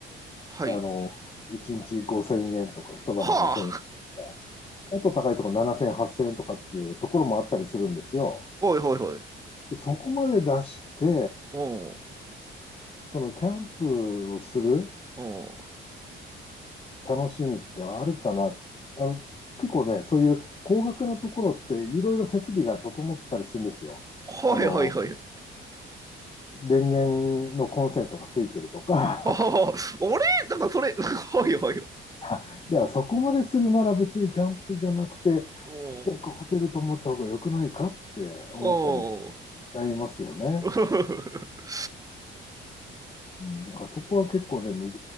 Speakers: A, on the right; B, on the left.
A: はい。
B: 画、あの、一日5000円とか、一晩5000円とか、
A: は
B: もっと高いところ7000円、8000円とかっていうところもあったりするんですよ。
A: あ。はいはいはい。
B: でそこまで出して、
A: うん。
B: そのキャンプをする
A: うん。
B: 楽しみってあるかな。あの、結構ね、そういう高額なところっていろいろ設備が整ってたりするんですよ。
A: はいはいはい。
B: あの、電源のコンセントがついてるとか、
A: はあ、あれなんかそれ、<laughs> はいはいはい。
B: <laughs> いや、そこまでするなら別にキャンプじゃなくて、
A: おお。
B: どっかホテル泊まった方が良くないかって思ったりしち
A: おお。
B: ゃいますよね。
A: うん。<laughs>
B: うん、だからそこは結構ね、難